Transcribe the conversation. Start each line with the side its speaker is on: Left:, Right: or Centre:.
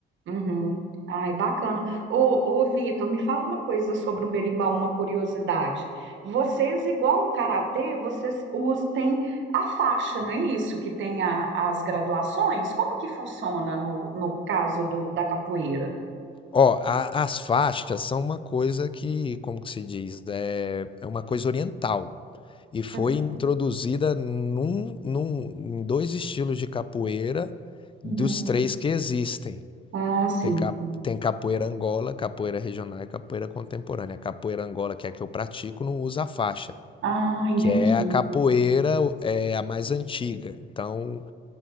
Right: Uhum. Ai, bacana. Ô, ô, Vitor, me fala uma coisa sobre um berimbau, uma curiosidade. Vocês, igual o karatê, vocês usam, tem a faixa, não é isso? Que tem a- as graduações? Como que funciona no, no caso do, da capoeira?
Left: Ó, a- as faixas são uma coisa que, como que se diz? É, é uma coisa oriental. e foi
Right: Hum,
Left: introduzida num, num, em dois estilos de capoeira dos
Right: Uhum.
Left: três que existem.
Right: Ah, sim.
Left: Tem, cap, tem capoeira angola, capoeira regional e capoeira contemporânea. A capoeira angola, que é a que eu pratico, não usa faixa,
Right: Ah, entendi.
Left: que é a capoeira é a mais antiga. Então,